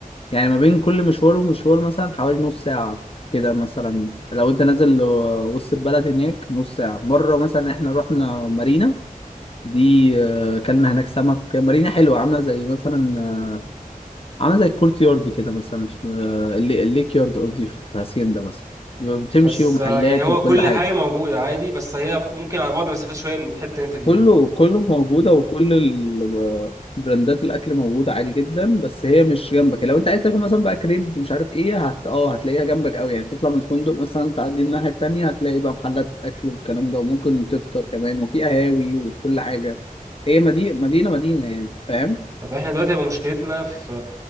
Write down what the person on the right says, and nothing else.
بس
آه، يعني هو
كل
حاجة موجودة عادي بس هي ممكن على بعد مسافات شوية من الحتة اللي انت فيها
طب احنا دلوقتي هيبقى مشكلتنا في